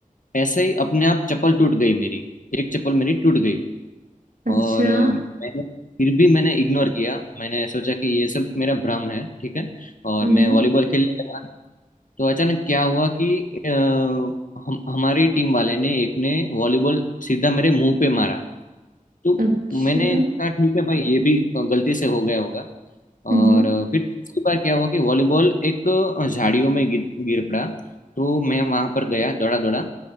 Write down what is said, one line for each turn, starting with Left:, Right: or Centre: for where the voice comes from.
Left: ऐसे ही अपने आप चप्पल टूट गई मेरी एक चप्पल मेरी टूट गई
Right: अच्छा
Left: और अ, मैंने फिर भी मैंने इग्नोर किया मैंने सोचा कि ये सब मेरा भ्रम है ठीक है और
Right: हम्म
Left: मैं वॉलीबॉल खेलने लगा तो अचानक क्या हुआ कि अ, हम हमारी टीम वाले ने एक ने वॉलीबॉल सीधा मेरे मुंह पे मारा तो
Right: अच्छा
Left: मैंने कहा ठीक है भाई ये भी गलती से हो गया होगा
Right: हम्म
Left: और अ, फिर तीसरी बार क्या हुआ कि वॉलीबॉल एक अ, झाड़ियों में गिर गिर पड़ा तो मैं वहां पर गया दौड़ा दौड़ा